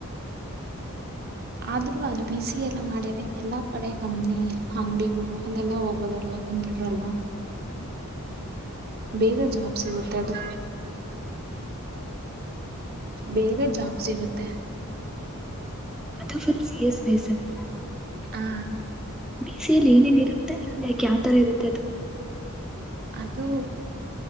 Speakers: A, on the right (about 45°); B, in the centre.
A: ಆದ್ರೂ ಅದು ಬ ಸಿ ಎಲ್ಲ ಮಾಡ್ಯರೆ ಎಲ್ಲಾ ಕಡೆ ಕಮ್ಮನಿ ಅಂಗಡಿಗಳು ಅಲ್ಲೆಲ್ಲಾ ಹೋಗೋದಲ್ ಕಂಪ್ಯೂಟರ್ ಅಲ್ವಾ ಬೇಗ ಜಾಬ್ ಸಿಗುತ್ತೆ ಅದು ಬೇಗ ಜಾಪ್ ಸಿಗುತ್ತೆ
B: ಅದು ಫಲ್ ಸಿ ಎಸ್ ಬೇಸಾಲಿ
A: ಹಾ
B: ಬಿಸಲ್ಲಿ ಏನೇನ ಇರುತ್ತೆ ಲೈಕ್ ಯಾವ್ತರ ಇರುತ್ತೆ ಅದು
A: ಅದು